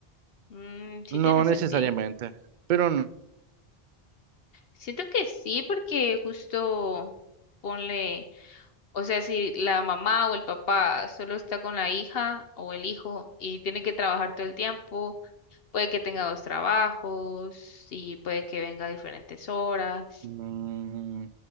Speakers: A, on the left; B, on the right.
A: Mm, sí
B: No
A: tiene
B: necesariamente,
A: sentido.
B: pero
A: Siento que sí, porque justo ponle, o sea, si la mamá o el papá solo está con la hija o el hijo y tiene que trabajar todo el tiempo, puede que tenga dos trabajos y puede que venga a diferentes horas.
B: Mm,